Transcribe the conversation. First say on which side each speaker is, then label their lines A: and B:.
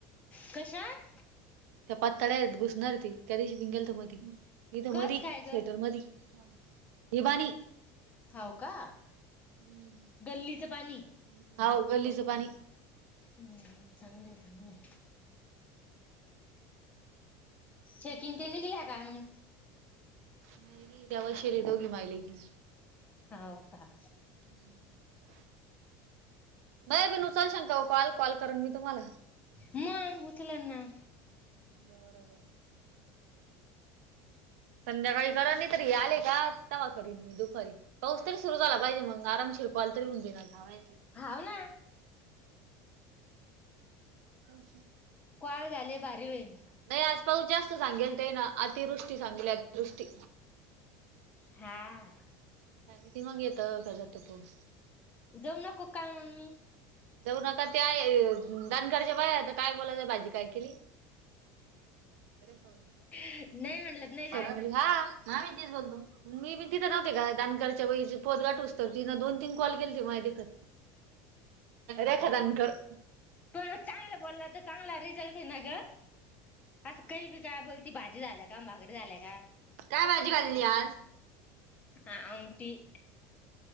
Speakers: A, on the left; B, on the right.
A: कशात?
B: त्या पातळ्या आहेत घुसणार हे, ती त्या दिवशी पिउन गेलंथ तर मधी इथं
A: कस
B: मधी
A: काय ग
B: स्वेटर मधी <unintelligible> बानी
A: हावं का!
B: हम्म
A: गल्लीचं पाणी
B: हावं गल्लीच पाणी
A: हम्म चांगलंय चांगलंय. चेकिंग त्यांनी दिल्या का मग?
B: नाही नाही त्या बसेल हे दोघीं माय लेकी
A: हो का.
B: <unintelligible> मंय बीन उचलशाल कॉल, कॉल करन मी तुम्हाला
A: मग उचलन ना
B: बरोबर. संध्याकाळी करा मी कधी आले का तवा करीन मी दुपारी, पाऊस तरी सुरू झाला पाहिजे मग आराम कॉल तरी होउन जाईल जावयांना.
A: हावं ना.
B: तव.
A: कॉल झाल्यवर भारी होईल.
B: नाही आज पाऊस जास्त सांगेल तेना अतिवृष्टी सांगेल अतिवृष्टी.
A: हां.
B: काय माहीत मगं येतं का जातं पाऊस.
A: जाऊ नको का मं मी?
B: जाऊ नका त्या दानगडच्या बाया त काय बोलायल्या त काय भाजी काय केली. अरे <unintelligible>
A: नाही म्हणलत नाही जात
B: हा हा आम्ही बी तीच बोलतो. मी बी तिथे नव्हते का दान करायच्या वेळीस पोत गाठूचं तर तिने दोन तीन कॉल केलथें माझ्या देखत. रेखा दान कर-
A: पण मग चांगला बोलला तर चांगला रिझल्ट आहे ना ग असं काही बी काय बोलती भाजी झाल्या का भाकरी झाल्या का?
B: काय भाजी बांधली आज?
A: आमटी <unintelligible>